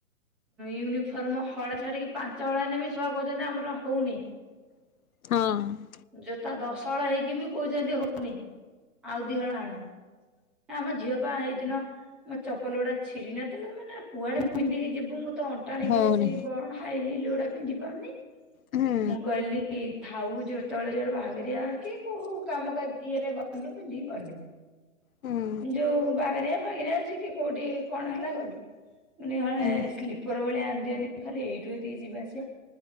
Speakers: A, in the centre; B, on the left.
A: ୟୁନିଫର୍ମ ହଳେ ଛାଡିକି ପାଞ୍ଚ ହଳ ହେନେ ବି ଛୁଆ କୋଉଚନ୍ତି ଆମର ହୋଉନି।
B: ହଁ।
A: ଜୋତା ଦଶହଳ ହେଇକି ବି କୋଉଚନ୍ତି ହଉନି ଆଉ ଦିହଳ ଆଣ। ଆମ ଝିଅ ପା ହେଇ ଦିନ ଆମ ଚପଲ ଉଡା ଛିଡି ନ ଥିଲା ମାନେ କୁଆଡେ ପିନ୍ଧିକି ଯିବୁ ମୁଁ ତ ଅଣ୍ଟା ନାଗି
B: ହଉନି
A: ବେସି ବଡ ହାଇ ହିଲ ଉଡା ପିନ୍ଧି ପାରୁନି
B: ହୁଁ
A: ମୁଁ କହିଲି ଥାଉ ଯେତେଳେ ଯୁଆଡେ ବାହା ଘରିଆ କି କୋଉ କାମ କାର୍ଯ୍ୟ ରେ ଗଲୁ ପିନ୍ଧିକି ଗଲୁ।
B: ହୁଁ
A: ଯୋଉ ବାହାଘରିଆ ଫାଘରିଆ ଯିଏକି କୋଉଟି କଣ ହେଲା ଗଲୁ। ମୁଁ କହିନି ହଳେ
B: ହୁଁ
A: ସ୍ଲିପର ଭଳିଆ ଆଣିଦିଅନି ଖାଲି ଏଇଠୁ ଏତିକି ଯିବା ଆସିବା।